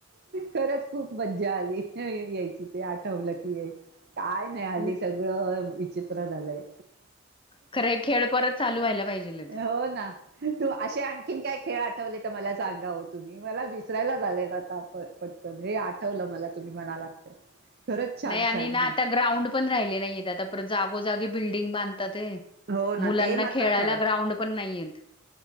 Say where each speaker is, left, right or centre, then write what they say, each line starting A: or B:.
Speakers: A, on the right; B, on the left.
A: खरंच खूप मज्जा आली यायची ते आठवलं की ये काय नाही हल्ली
B: अं,
A: सगळं विचित्र झालंय.
B: खरंय खेळ परत चालू व्हायला पाहिजेल येत.
A: हो ना तू अशे आणखीन काय खेळ आठवले तर मला सांगा, ओ तुम्ही मला विसरायला झालेत आता पण पटकन हे आठवलं मला तुम्ही म्हणालात
B: <inaudible>
A: ते खरंच छान
B: नाही आणि
A: छान
B: ना
A: मग
B: आता ग्राउंड पण राहिले नाहीत आता परत जागोजागी बिल्डिंग बांधतात येत.
A: हो ना
B: मुलांना
A: ते मात्र
B: खेळायला
A: खरंय
B: ग्राउंड पण नाही येत.